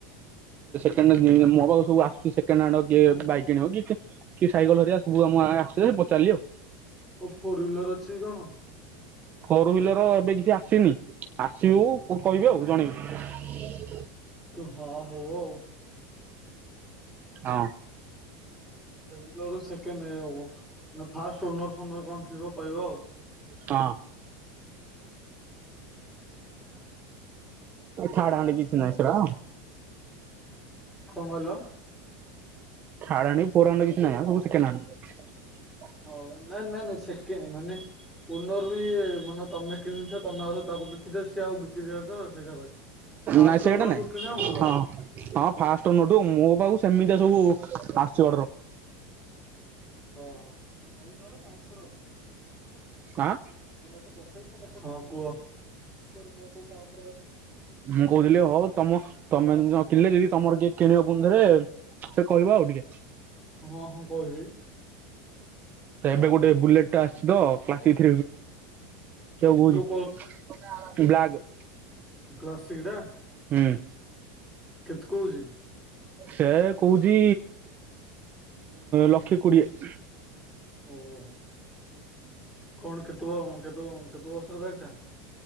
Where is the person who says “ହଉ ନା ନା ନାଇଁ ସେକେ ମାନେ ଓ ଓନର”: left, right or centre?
Centre